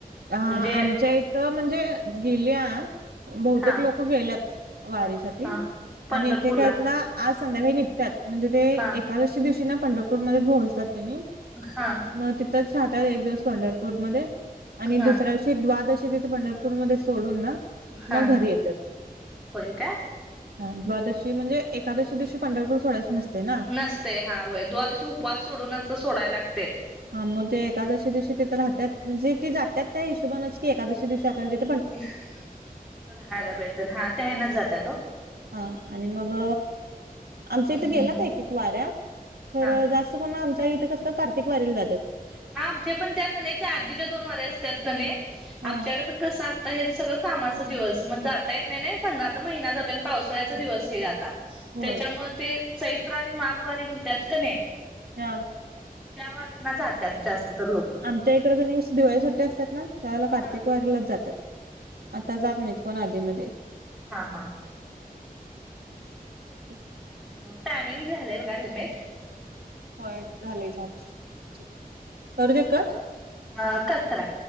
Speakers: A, on the right (about 85°); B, in the centre.
A: अ
B: म्हणजे
A: आमच्या इथ म्हणजे गेलिया बहुतेक
B: हा
A: लोक हो गेल्यात वारीसाठी.
B: हा पंढरपूरला
A: आणि एक एक आहेत ना आज संध्याकाळी निघतात म्हणजे ते ए
B: हा
A: एकादशी दिवशी ना पंढरपूरमध्ये पोहोचतात त्यांनी.
B: हा
A: मग तिथच राहतात एक दिवस पंढरपूरमध्ये. आणि
B: हा
A: दुसऱ्या दिवशी द्वादशी तिथ पंढरपूरमध्ये सोडून ना
B: हा
A: मग घरी येत्यात.
B: होय काय
A: हा द्वादशी म्हणजे एकादशी दिवशी पंढरपूर सोडायच नसतय ना.
B: नसतेय हां व्हय द्वादशी उपवास सोडूनच सोडायला लागतय.
A: हा मग ते एकादशी दिवशी तिथे राहतात म्हणजे ती जात्यात त्या हिशबानेच की एकादशी दिवशी आपल्याला ती
B: <unintelligible> हा त्या ह्यान जात्यात ओ.
A: हां आणि मग आमच्या इथ
B: हम्म.
A: गेल्यात एक एक वाऱ्या खर
B: हा
A: जास्त, पण आमच्या इथ कस कार्तिक वारीला जात्यात.
B: हा आमचे पण त्या कने त्या आधीच्या दोन वाऱ्या असतात ना कनय
A: ह
B: आमच्याकडे पण कस हे सगळ कामाच दिवस मग जाता येत नाही ना पंधरा तर आता महिना जातोय. पावसाळ्याचा दिवस
A: ह
B: हे आता
A: होय
B: त्याच्यामुळे ते चैत्र आणि माघवारी म्हणतात की नाही.
A: हां.
B: त्या वारींना जात्यात जास्त तर लोक.
A: आमच्या इकड की नाही दिवाळी सु्ट्या असतात ना, त्यावेळेला कार्तिक
B: हा
A: वारीलाच जात्यात आता जात नाही. कोण आधी मध्ये.
B: हां हां.
A: <inaudible>
B: टायमिंग झालय बघा लिमिट.
A: होय झाले झाले ठीक करू ते कट.
B: हां कट करा.